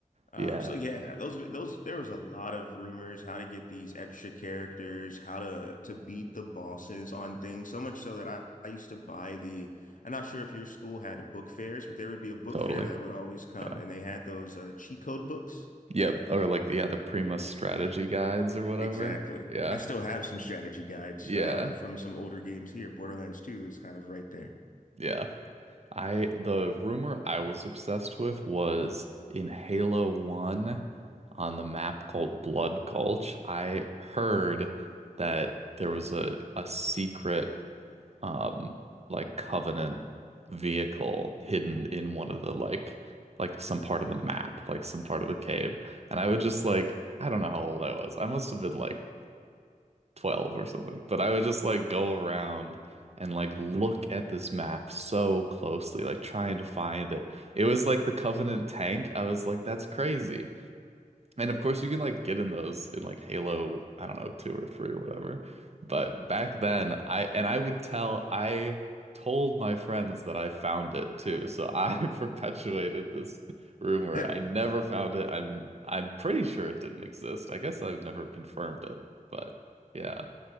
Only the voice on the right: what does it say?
Yeah,
totally.
Yeah.
Yep. Or like, yeah, the Prima strategy guides or whatever.
Yeah.
Yeah.
Yeah. I the rumor I was obsessed with was in Halo 1 on the map called Blood Gulch. I heard that there was a a secret um like Covenant vehicle hidden in one of the like like some part of the map, like some part of the cave. And I would just like I don't know how old I was. I must have been like 12 or something. But I would just like go around and like look at this map so closely, like trying to find it. It was like the Covenant tank. I was like, that's crazy. And of course, you can like get in those in like Halo, I don't know, two or three or whatever. But back then, I and I would tell, I told my friends that I found it too. So I <laughs> perpetuated this rumor.
I never found it. I'm I'm pretty sure it didn't exist. I guess I've never confirmed it, but yeah.